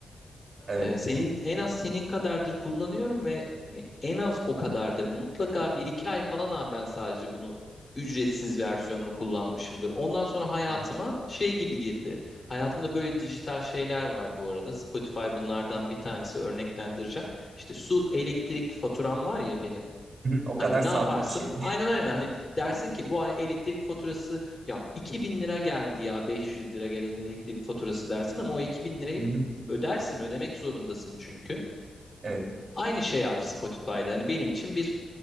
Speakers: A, on the right; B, on the left.
A: Evet.
B: Ee, senin en az senin kadardır kullanıyorum ve hani en az o kadardır. Mutlaka bir iki ay falan abi ben sadece bunu ücretsiz versiyonunu kullanmışımdır. Ondan sonra hayatıma
A: <laughs>
B: şey gibi girdi. Hayatımda böyle dijital şeyler var bu arada. Spotify bunlardan bir tanesi örneklendireceğim. İşte su elektrik faturam var ya benim.
A: O
B: Hani
A: kadar sabit
B: ne yaparsın?
A: bir şey.
B: Aynen aynen hani dersin ki bu ay elektrik faturası ya 2000 lira geldi ya 500 lira gelen elektrik faturası dersin ama o 2000 lirayı
A: <laughs>
B: ödersin ödemek zorundasın çünkü.
A: Evet.
B: Aynı şey abi Spotify'da hani benim için bir